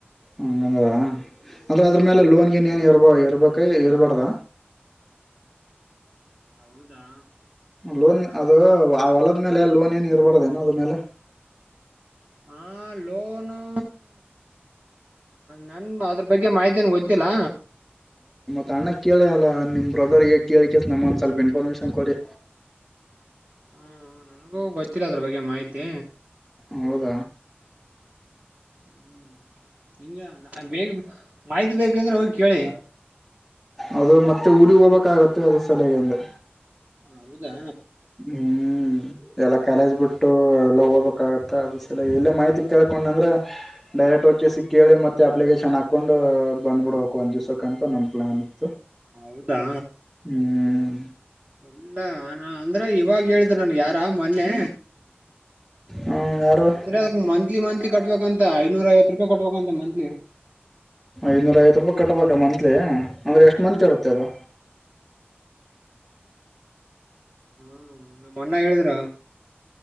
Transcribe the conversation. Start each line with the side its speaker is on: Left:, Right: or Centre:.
Centre: ಹಂಗಂದರಾ ಅಂದ್ರೆ ಅದ್ರ
Right: ಹ್ಮ್
Centre: ಮೇಲೆ ಲೋನ್ಗೆಿನ್ಏನ್ ಇರ್ಬ ಇರ್ಬೇಕ ಇರ್ಬಾರ್ದ
Right: ಹೌದಾ
Centre: ಲೋನ್ ಅದು ಆ ಹೊಲದ ಮೇಲೆ ಲೋನ್ ಏನ್ ಇರ್ಬಾರಡದೇಏನ ಅದ ಮೇಲೆ
Right: ಹಾ ಲೋನು ನನ್ ಅದ್ರ ಬಗ್ಗೆ ಮಾಹಿತನ್ ಗೊತ್ತಿಲ್ಲ
Centre: ತಣ ಕೇಳಿ ಅಲ್ಲ ನಿಮ್ ಬ್ರದರ್ಗ ಕೇಳಿ ಕ ನಮ್ಮೊಂದ ಸ್ವಲ್ಪ ಇನ್ಫಾರ್ಮೇಶನ್ ಕೊಡಿ
Right: ಹ್ಮ ನನ್ಗೂ ಗೊತ್ತಿಲ್ಲ ಅದ್ರ ಬಗ್ಗೆ ಮಾಹಿತಿ
Centre: ಹದ
Right: ಹ್ಮ್ ಹಂಗ ಬೇಗ ಮಾಹಿತಿ ಬೇಕುಂದ್ರೆ ಹೋಗಿ ಕೇಳಿ
Centre: ಅದು ಮತ್ತೆ ಊರಿಗೆ ಹೋಗ್ಬೇಕಾಗತ್ತೆ ಅದ ಸಲೆಗೆ ಅಂದ್ರೆ
Right: ಹ ಹೌದಾ
Centre: ಹ್ಮ್ ಎಲ್ಲ ಕಾಲೇಜ್ ಬಿಟ್ಟು ಎಲ್ಲ ಹೋಗ್ಬೇಕ ಅ ಸಲ ಇಲ್ಲೇ ಮಾಹಿತಿ ಕೇಳಕೊಂಡ ಅಂದ್ರೆ ಡೈರೆಕ್ಟ್ ವ ಸಿ ಕೇಳಿ ಮತ್ತೆ ಅಪ್ಲಿಕೇಶನ್ ಅಕೌೊಂಡು ಬಂದ್ಬಿಡ್ಬೇಕು ಒಂದ್ ದ್ಸಕ್ಕಂತ ನಮ್ ಪ್ಲಾನ್ ಇತ್ತು
Right: ಹೌದಾ
Centre: ಹ್ಮ್
Right: ಇಲ್ಲ ನ ಅಂದ್ರೆ ಇವಾಗ ಹೇಳಿದ್ರ ನನ್ ಯಾರ ಮೊನ್ನೆ
Centre: ಹ ಯಾರು
Right: ಅಂದ್ರೆ ಅದ ಮಂತ್ಲಿ ಮಂತ್ಲಿ ಕಟ್ಬೇಕಂತ ಐನೂರ ಐವ ರೂಪಾಯಿ ಕಟ್ಬೇಕಂತ ಮಂತ್ಲಿ
Centre: ಇನ್ನೂರ ಐವತ್ತು ರೂಪಾಯಿ ಕಟ್ಬೇಕಾ ಮಂತ್ಲಿ ಅಂದ್ರರೆ ಎಷ್ಟು
Right: ಹ್ಮ್
Centre: ಮಂತ್ ಇರುತ್ತೆ ಅದು
Right: ಹ್ಮ ನಮ್ಮ ಅಣ್ಣ ಹೇಳಿದಿರ